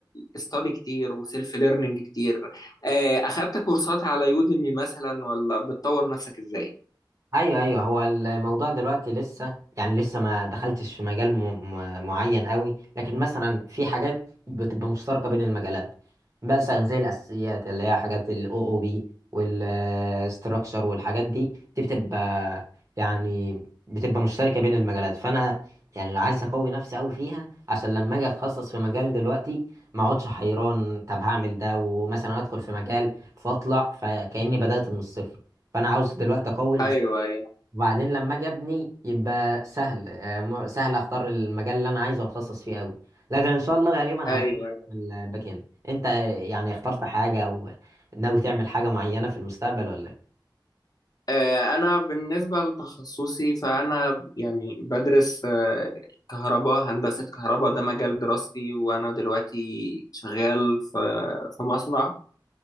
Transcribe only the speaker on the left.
استادي كتير وسيلف ليرنينج كتير آه، اخدت كورسات على يوديمي مثلا ولا بتطور نفسك ازاي
ايوه ايوه
ايوه
آه، أنا بالنسبة لتخصصي فأنا يعني بدرس آه، كهرباء هندسة كهرباء ده مجال دراستي وأنا دلوقتي شغال في في مصنع